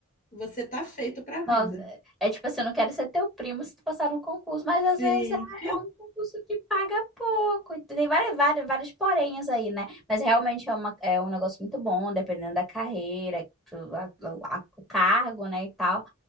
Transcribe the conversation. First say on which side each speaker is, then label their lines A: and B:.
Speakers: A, on the left; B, in the centre.
A: você tá feito pra vida.
B: Nossa, é é tipo assim, eu não quero ser teu primo se tu passar no concurso, mas às
A: Sim.
B: vezes é é um concurso que paga pouco. e Tem várias, várias, várias porenhas aí, né? Mas realmente é, uma, é um negócio muito bom, dependendo da carreira, tu- a- a- o cargo, né, e tal.